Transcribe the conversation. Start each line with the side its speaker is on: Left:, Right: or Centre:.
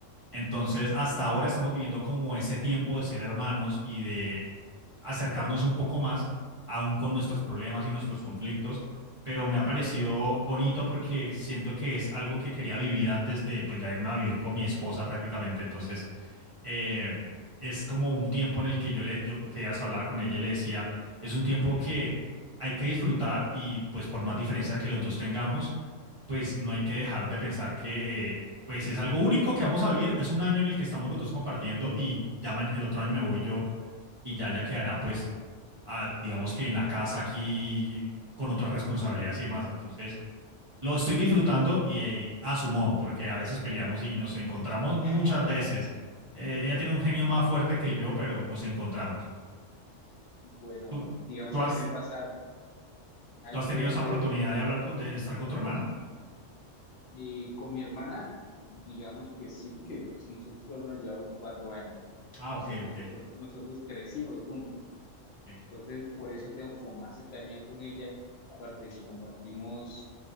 Right: entonces hasta ahora estamos viviendo como ese tiempo de ser hermanos y de acercarnos un poco más, aún con nuestros problemas y nuestros conflictos, pero me ha parecido bonito porque siento que es algo que quería vivir antes de pues ya irme a vivir con mi esposa prácticamente, entonces eh, es como un tiempo en el que yo le, yo, que ya hablaba con ella y le decía, es un tiempo que hay que disfrutar y pues por más diferencia que los dos tengamos, pues no hay que dejar de pensar que eh, pues es algo único que vamos a vivir, es un año en el que estamos los dos compartiendo y ya ma- el otro año me voy yo y ya ya quedará pues ah, digamos que en la casa aquí con otras responsabilidades y demás, entonces lo estoy disfrutando y eh, a su modo, porque a veces peleamos y nos encontramos muchas
Left: <laughs>
Right: veces. Eh, ella tiene un genio más fuerte que yo, pero nos encontramos.
Left: Bueno,
Right: ¿Tú,
Left: digamos,
Right: tú has,
Left: a mí me pasa algo
Right: tú has tenido esa oportunidad de hablar con, de estar con tu hermana?
Left: eh, con mi hermana, digamos que sí, porque pues, nosotros solo nos llevamos cuatro años,
Right: Ah,
Left: entonces
Right: ok,
Left: nosotros,
Right: ok,
Left: nosotros crecimos juntos,
Right: ok,
Left: entonces por eso tengo como más cercanía con ella, aparte de que compartimos